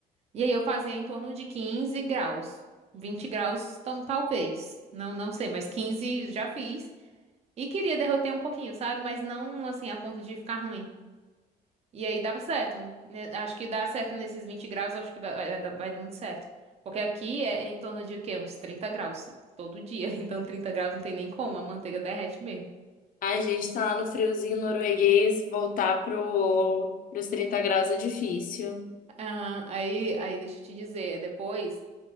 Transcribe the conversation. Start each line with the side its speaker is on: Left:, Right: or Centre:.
Right: E aí eu fazia em torno de 15 graus, 20 graus, tam- talvez. Não, não sei, mas 15 já fiz. E queria derreter um pouquinho, sabe? Mas não assim a ponto de ficar ruim. E aí dava certo. né? Acho que dá certo nesses 20 graus, acho que vai, vai dar vai dar muito certo. Porque aqui é, é em torno de o quê? Uns 30 graus todo dia. <laughs> Então 30 graus não tem nem como, a manteiga derrete mesmo.
Left: A gente tá lá no friozinho norueguês, voltar pro, pros 30 graus é difícil.
Right: Ah, aí, aí deixa eu te dizer, depois,